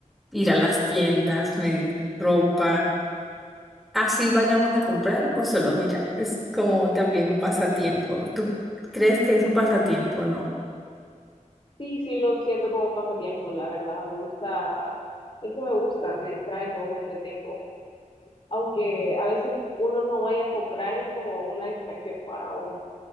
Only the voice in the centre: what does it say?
ir a las tiendas, medir ropa. Así vayamos a comprar o solo a mirar. Es como también un pasatiempo. ¿Tú crees que es un pasatiempo? No.